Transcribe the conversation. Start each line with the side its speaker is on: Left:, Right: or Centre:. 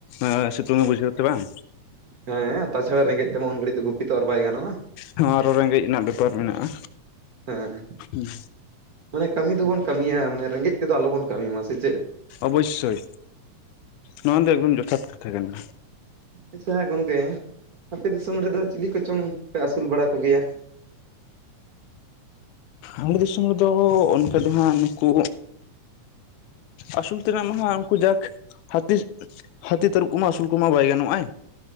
Left: ᱮᱸᱻ ᱥᱤᱛᱩᱝᱮ ᱵᱩᱡᱷᱟᱹᱣ ᱛᱮ ᱵᱟᱝ᱾
Right: ᱦᱮᱸ ᱛᱟ ᱪᱷᱟᱲᱟ ᱨᱮᱸᱜᱮᱡ ᱛᱮᱢᱟ ᱩᱱ ᱜᱷᱟᱹᱲᱤᱡ ᱫᱚ ᱜᱩᱯᱤ ᱛᱚ ᱟᱨ ᱵᱟᱭ ᱜᱟᱱᱚᱜ-ᱟ᱾
Left: ᱦᱚᱸ ᱟᱨᱚ ᱨᱮᱸᱜᱮᱡ ᱨᱮᱱᱟᱜ ᱵᱮᱯᱟᱨ ᱢᱮᱱᱟᱜ-ᱟ᱾
Right: ᱦᱮᱸ᱾
Left: ᱩᱸ᱾
Right: ᱢᱟᱱᱮ ᱠᱟᱢᱤ ᱫᱚᱵᱚᱱ ᱠᱟᱹᱢᱤᱭᱟ ᱢᱟᱱᱮ ᱨᱮᱸᱜᱮᱡ ᱛᱮᱫᱚ ᱟᱞᱚ ᱵᱚᱱ ᱠᱟᱢᱤᱭ ᱢᱟ ᱥᱮ ᱪᱮᱫ?
Left: ᱚᱵᱚᱽᱼᱥᱥᱚᱭ ᱱᱚᱣᱟ ᱫᱚ ᱮᱠᱫᱚᱢ ᱡᱚᱛᱷᱟᱛ ᱠᱟᱛᱷᱟ ᱠᱟᱱᱟ᱾
Right: ᱟᱪᱪᱷᱟ ᱜᱚᱝᱠᱮ ᱟᱯᱮ ᱫᱤᱥᱚᱢ ᱨᱮᱫᱚ, ᱪᱤᱞᱤ ᱠᱚ ᱪᱚᱝ ᱯᱮ ᱟᱥᱩᱞ ᱵᱟᱲᱟ ᱠᱚ ᱜᱮᱭᱟ?
Left: ᱟᱞᱮ‌ ᱫᱤᱥᱚᱢ ᱨᱮᱫᱚ ᱚᱱᱠᱟ ᱫᱚ ᱦᱟᱸᱜ ᱱᱩᱠᱩ ᱟᱥᱩᱞ ᱛᱮᱱᱟᱜ ᱢᱟ ᱦᱟᱸᱜ ᱩᱱᱠᱩ ᱡᱟᱠ ᱦᱟᱹᱛᱤ᱾ ᱦᱟᱛᱤ, ᱛᱟᱨᱩᱵ, ᱠᱚᱢᱟ ᱟᱹᱥᱩᱞ ᱠᱚᱢᱟ ᱵᱟᱭ ᱜᱟᱱᱚᱜᱼᱟᱭ᱾